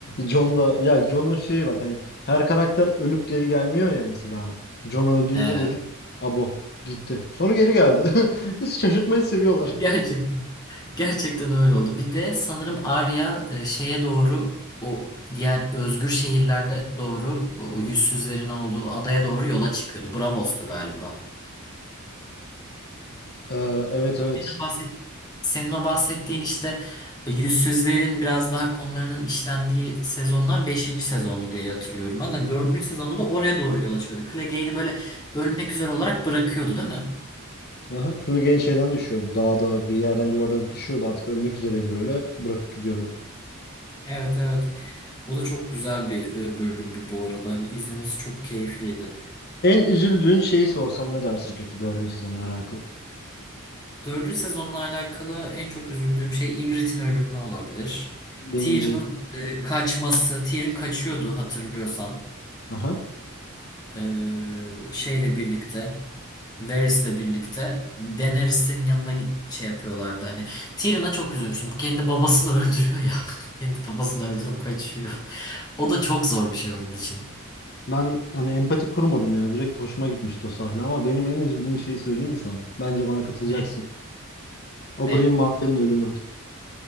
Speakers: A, on the left; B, on the left.
A: John da ya John'un şeyi bak hani her karakter ölüp geri gelmiyor ya mesela. John öldüğünde
B: Evet.
A: dedik abo gitti. Sonra geri geldi. <laughs> Şaşırtmayı seviyorlar.
B: Gerçek. Gerçekten öyle oldu. Bir de sanırım Arya e, şeye doğru o diğer özgür şehirlerde doğru o, o yüzsüzlerin olduğu adaya doğru yola çıkıyordu. Braavos'tu galiba.
A: Ee, evet evet.
B: Senin o bahsettiğin, senin o bahsettiğin işte e, yüzsüzlerin biraz daha konularının işlendiği sezonlar beşinci sezondu diye hatırlıyorum. Ben de 4. sezonda da oraya doğru yola çıkıyordu. Clegane'i böyle ölmek üzere olarak bırakıyordu değil mi?
A: Aha, Clegane şeyden düşüyordu. Dağda bir yerden yuvarlanıp düşüyordu. Artık ölmek üzereydi böyle. Bırakıp gidiyordu.
B: Evet evet. O da çok güzel bir e, bölümdü bu arada. Hani izlemesi çok keyifliydi.
A: En üzüldüğün şeyi sorsam ne dersin peki dördüncü sezonla alakalı?
B: Dördüncü sezonla alakalı en çok üzüldüğüm şey Ygritte'in ölümü olabilir.
A: Benim
B: Tyrion'un
A: değil.
B: e, kaçması, Tyrion kaçıyordu hatırlıyorsan.
A: Aha.
B: E, şeyle birlikte, Varys'le birlikte Daenerys'in yanına git şey yapıyorlardı hani. Tyrion'a çok üzülmüştüm. Bu kendi babasını öldürüyor ya. <laughs> Kendi babasını öldürüp kaçıyor. O da çok zor bir şey onun için.
A: Ben hani empati kurmadım ya. Direkt hoşuma gitmişti o sahne ama benim en üzüldüğüm şeyi söyleyeyim mi sana? Bence bana katılacaksın.
B: Ne?
A: Oberyn
B: Ne?
A: Martel'in ölümü.